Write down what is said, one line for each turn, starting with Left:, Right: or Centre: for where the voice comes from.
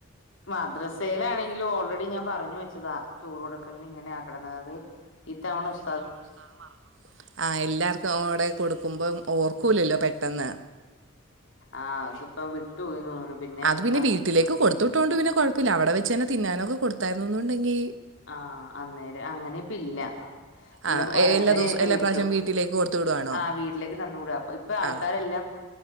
Left: മദ്രസയിലണെങ്കിലും ഓൾറെഡി ഞാൻ പറഞ്ഞു വെച്ചതാ ചോറ്ട കല്ലിങ്ങനെ ആക്കടുന്ന അത് ഇത്തവനസ
Right: ഇത്തവണ ഉസ്താദ് പറഞ്ഞ്. ആ എല്ലാർക്കും അവിടെ കൊടുക്കുമ്പോം ഓർക്കൂല്ലല്ലോ പെട്ടെന്ന്
Left: ആഹ് അതിപ്പോ വിട്ടുപോയിന്ന് തോന്നുന്നു
Right: അത് പിന്നെ
Left: അവൻ
Right: വീട്ടിലേക്ക് കൊടുത്തട്ടോണ്ട് പിന്നെ കൊഴപ്പമില്ല അവിടെ വെച്ച് തന്നെ തിന്നാനൊക്കെ കൊടുത്ത <unintelligible> ത്തായിന്നുണ്ടെങ്കിൽ
Left: ആഹ അന്നേരം അങ്ങനെ ഇപ്പ ഇല്ല. ഇന്നിപ്പോ
Right: ആഹ്
Left: പതിനൊന്നര
Right: എല്ലാ ദിവസവും
Left: ആയപ്പ
Right: എല്ലാ
Left: വിട്ടു.
Right: പ്രാവശ്യം വീട്ടിലേക്ക് കൊടുത്തു വിടുവാണോ
Left: ആഹ് വീട്ടിലേക്ക് തന്നുവിട അപ്പ ഇപ്പൊ ആൾക്കാരെല്ലാം
Right: ആഹ്